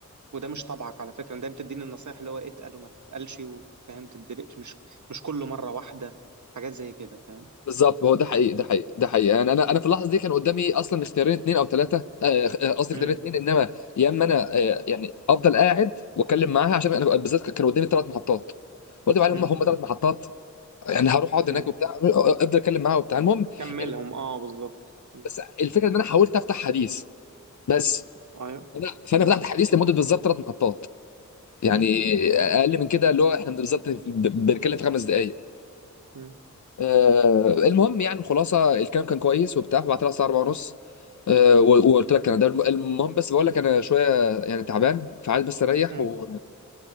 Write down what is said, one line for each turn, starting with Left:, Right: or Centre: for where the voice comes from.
Right: وده مش طبعك على فكره أنا دايما بتديني النصايح اللي هو اتقل وما تتقلش وفاهم تدرقش مش مش كل مره واحده حاجات زي كده فاهم
Left: بالظبط هو ده حقيقي ده حقيقي ده حقيقي يعني انا انا في اللحظه دي كان قدامي اصلا اختيارين اثنين او ثلاثه قصدي
Right: مم.
Left: اختيارين اثنين انما يا اما انا آه، يعني افضل قاعد واتكلم معاها عشان انا بالذات كان قدامي ثلاث محطات قلت عليهم
Right: مم.
Left: هم هم ثلاث محطات يعني هروح اقعد هناك
Right: مم.
Left: وبتاع افضل اتكلم معاها وبتاع المهم
Right: كملهم
Left: ال-
Right: اه بالظبط م.
Left: بس الفكره ان انا حاولت افتح حديث بس
Right: ايوه
Left: انا فانا
Right: م.
Left: فتحت حديث لمده بالظبط ثلاث محطات يعني
Right: م.
Left: اقل من كده اللي هو احنا بالظبط ب- بنتكلم في خمس دقائق
Right: م.
Left: آه، المهم يعني الخلاصه الكلام كان كويس وبتاع فبعت لها الساعه 4 ونص آه، و- وقلت لك انا ده الم- المهم بس بقول لك انا شويه يعني تعبان فعايز بس اريح
Right: م.
Left: و